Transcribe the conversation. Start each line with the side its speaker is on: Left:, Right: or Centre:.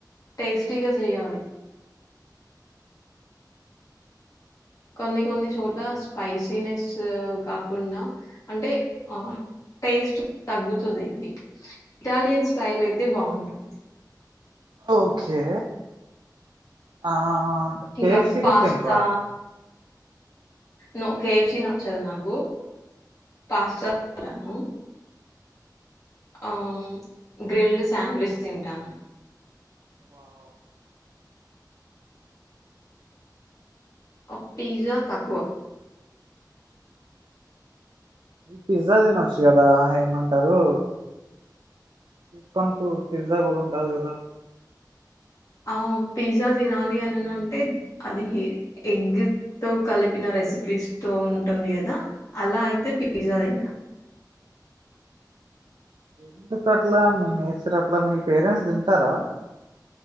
Left: టేస్టీగా చెయ్యాలి. కొన్ని కొన్ని చోట్ల స్పైసీనెస్ కాకుండా అంటే ఆ టేస్ట్ తగ్గుతుంది. అది ఇటాలియన్ స్టైల్ అయితే బాగుంటుంది.
Right: ఓకే ఆ ఆ కేఎఫ్సి
Left: ఇంకా పాస్తా
Right: కూడా తింట్రా
Left: నో కేఎఫ్సి నచ్చదు. నాకు పాస్తా రాను. ఆ ఉమ్మ్ గ్రిల్డ్ శాండ్విచ్ తింటాను.
Right: వావ్
Left: ఒక పిజ్జా తక్కువ
Right: పిజ్జా తినొచ్చు కదా ఏమంటరూ. స్వీట్ కార్న్ కు పిజ్జా కూడా ఉన్ టావని గదా
Left: ఆ పిజ్జా తినాలి అనిన అంటే అది ఎ ఎగ్ తో కలిపిన రెసిపీస్ తో ఉంటుంది. కదా అలా అయితే పిజ్జా తింటాన్
Right: ఎందుకు అట్లా మీ నేచర్ అట్లా, మీ పేరెంట్స్ తింటారా